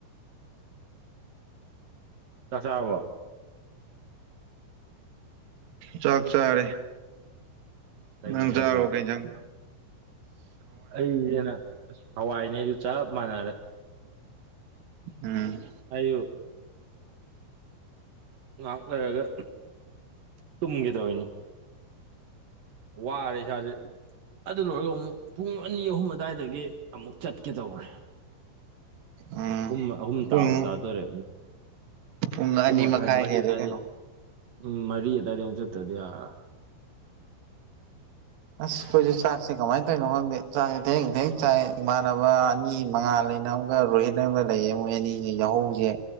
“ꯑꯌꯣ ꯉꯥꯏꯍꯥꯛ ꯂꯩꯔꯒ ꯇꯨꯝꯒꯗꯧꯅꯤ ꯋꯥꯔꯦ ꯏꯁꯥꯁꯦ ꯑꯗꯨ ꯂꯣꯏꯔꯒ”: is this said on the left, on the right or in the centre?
Right